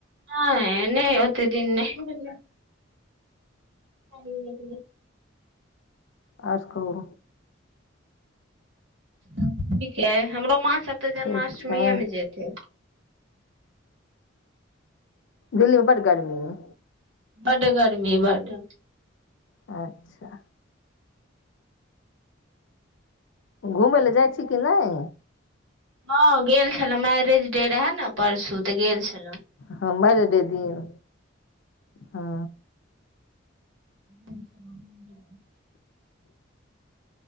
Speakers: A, on the right (about 70°); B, on the left (about 70°).
A: हँ नहि ओते दिन नय अलली
B: आओर कहू
A: ठीक यअइ हमरो माँ सब तऽ जन्माष्टमीए
B: ठीक छै
A: मे जेते
B: दिल्ीमे बड़ गाड़ीमेँ
A: बडड गर्मी बड
B: अच्छा घुमय लए जाइ छी कि नहि
A: ह गेल छलौ मैरेज डे रहे ने परसू तऽ गेल छलहु
B: ह मजडे दिन हँ
A: <inaudible>